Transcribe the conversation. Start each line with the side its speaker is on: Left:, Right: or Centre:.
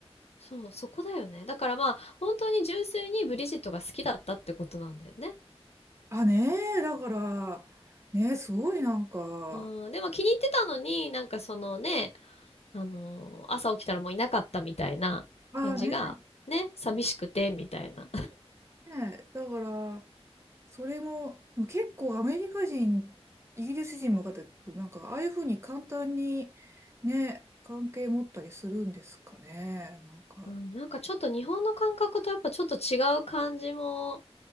Left: そう、そこだよね。だからまあ、本当に純粋にブリジットが好きだったってことなんだよね。
Right: あ、ねえ、だから、ねえ、すごいなんか、
Left: うん。でも気に入ってたのに、なんかそのね、あのー朝起きたらもういなかったみたいな感じが、
Right: ああね、
Left: ね、寂しくて、みたいな。
Right: ねだから、それも、でも結構アメリカ人、イギリス人も方、なんか、ああいうふうに簡単にね、関係持ったりするんですかね、なんか。
Left: うんなんかちょっと日本の感覚とやっぱちょっと違う感じも